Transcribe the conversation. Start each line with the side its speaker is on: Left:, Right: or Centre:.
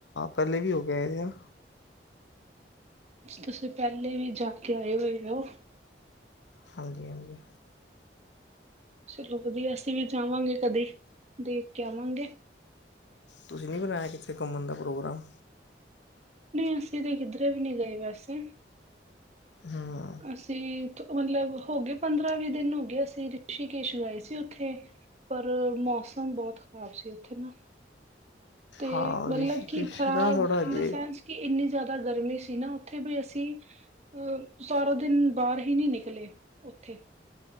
Left: ਪਹਿਲੇ ਵੀ ਹੋ ਗਏ ਆ।
Right: ਤੁਸੀਂ ਪਹਿਲੇ ਵੀ ਜਾ ਕੇ ਆਏ ਹੋਏ ਹੋ।
Left: ਹਾਂਜੀ - ਹਾਂਜੀ
Right: ਚਲੋ ਵਧੀਆ। ਅਸੀਂ ਵੀ ਜਾਵਾਂਗੇ ਕਦੇ ਦੇਖ ਆਵਾਗੇ
Left: ਤੁਸੀਂ ਵੀ ਬਣਾਇਆ। ਕਿੱਥੇ ਘੁੰਮਣ ਦਾ ਪ੍ਰੋਗਰਾਮ?
Right: ਨਹੀਂ। ਅਸੀ ਤੇ ਕਿਧਰੇ ਵੀ ਨਹੀਂ ਗਏ ਵੈਸੇ
Left: ਹਮ।
Right: ਅਸੀਂ ਮਤਲਬ ਹੋ ਗਏ ਪੰਦਰਾਂ ਵੀਹ ਦਿਨ ਹੋ ਗਏ ਅਸੀਂ ਰਿਸ਼ੀ- ਕੇਸ਼ ਗਏ ਸੀ। ਉੱਥੇ ਪਰ ਮੌਸਮ ਬਹੁਤ ਖ਼ਰਾਬ ਸੀ। ਉੱਥੇ ਨਾ ਤੇ
Left: ਹਾਂ
Right: ਮਤਲਬ
Left: ਰਿਸ਼ੀਕੇਸ਼
Right: ਕਿ ਖ਼ਰਾਬ
Left: ਨਾ ਥੋੜਾ
Right: ਇਨ
Left: ਜੇ
Right: ਦਾ ਸੈਂਸ। ਕਿ ਇੰਨੀ ਜ਼ਿਆਦਾ ਗਰਮੀ ਸੀ ਨਾ ਉੱਥੇ ਵੀ ਅਸੀਂ ਅਹ। ਸਾਰਾ ਦਿਨ ਬਾਹਰ ਹੀ ਨੀ। ਨਿਕਲੇ ਉੱਥੇ।